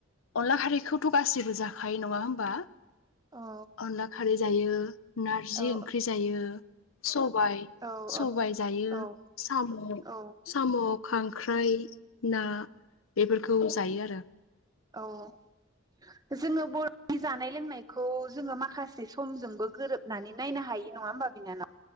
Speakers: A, on the left; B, on the right.
A: अनला हारिखौथ गासैबो जाखायो नङा हबा?
B: औ
A: अनला खारि जायो नारजि
B: औ
A: ओंख्रि जायो। स सबाय
B: औ
A: सबाय जायो
B: औ
A: साम
B: औ
A: साम खांख्राइ ना बेफोरखौ जायो आरो
B: औ औ जोङो बरनि जानाय लोंनाय खौ जोङो माखासे समजोंबो गोरोबनानै नायनो हायो। नङा होमबा बिनानाव